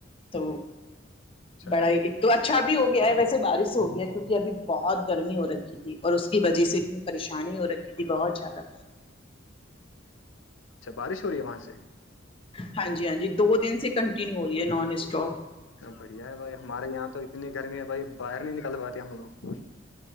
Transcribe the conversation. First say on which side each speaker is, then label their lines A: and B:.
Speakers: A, on the left (about 30°); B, on the left (about 80°).
A: تو
B: اچھا
A: بڑائی ایک تو اچھا بھی ہو گیا ہے ویسے بارش ہویا ہے کیونکہ اھی بہت گرمی ہو رہکی ہے تھی اور اس کی وجہ سے اتنی پریشانی ہو رکھی تھی بہت زیادہ
B: اچھا بارش ہو رہی ہے وہاں سے
A: ہاں جی ہاں جی دو دن سے کنٹینیو ہو رہی ہے نان اسٹاپ
B: بڑھیا ہے بھائی ہمارے یہاں تو اتنی گرمی ہے بھائی باہر نہیں نکل پاتے ہم لوگ